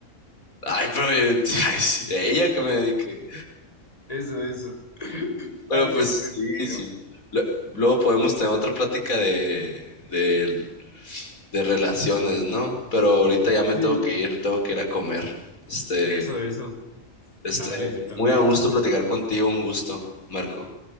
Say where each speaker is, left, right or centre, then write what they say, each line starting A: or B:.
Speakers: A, on the left; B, on the left.
A: Ay, pero yo- <laughs> ay, sí, ella que me dedique.
B: Eso, eso. <laughs>
A: Pero
B: Ay,
A: pues
B: qué entretenido.
A: sí, sí. Lo- Luego podemos tener otra plática de, de, de relaciones, ¿no? Pero ahorita ya me
B: Sí.
A: tengo que ir, tengo que ir a comer. Este,
B: Eso, eso.
A: Este,
B: Dale, yo también.
A: muy a gusto platicar contigo, un gusto, Marco.